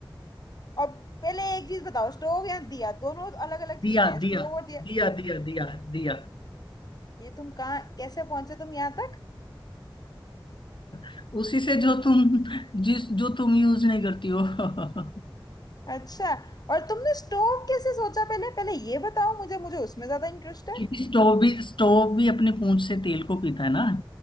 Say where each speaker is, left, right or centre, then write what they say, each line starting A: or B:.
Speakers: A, on the left; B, on the left.
A: और पहले एक चीज बताओ स्टोव या दिया दोनों अलग अलग चीजें
B: दिया
A: हैं स्टोव
B: दिया
A: और दिया
B: दिया दिया दिया दिया
A: ये तुम कहाँ कैसे पहुंचे तुम यहाँ तक
B: <laughs> उसी से जो तुम जिस जो तुम यूज नहीं करती हो <laughs>
A: अच्छा और तुमने स्टोव कैसे सोचा पहले पहले ये बताओ मुझे मुझे उसमें ज्यादा इंटरेस्ट है
B: क्योंकि स्टोव भी स्टोव भी अपने पूंछ से तेल को पीता है ना